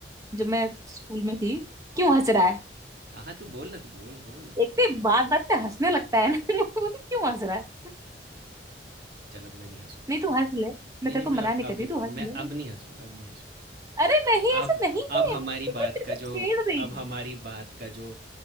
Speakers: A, on the right; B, on the right.
A: जब मैं स्कूल में थी क्यों हंस रहा है
B: हाँ, हाँ, तू बोल ना, तू बोल, बोल।
A: एक तो बात बात पे हंसने लगता है ना <laughs> वो तो क्यों हंस रहा है
B: चल, अब मैं नहीं हँसूँगा।
A: नहीं तू हंस ले
B: नहीं,
A: मैं तेरे
B: नहीं,
A: को
B: मैं
A: मना
B: अब
A: नहीं कर
B: अब
A: रही तू
B: मैं
A: हंस ले
B: अब नहीं हँसूँगा अब नहीं हँसूँगा।
A: अरे नहीं ऐसा
B: अब
A: नहीं है
B: अब हमारी
A: तो
B: बात
A: मैं तेरे
B: का
A: को
B: जो
A: छेड़ रही
B: अब
A: थी
B: हमारी बात का जो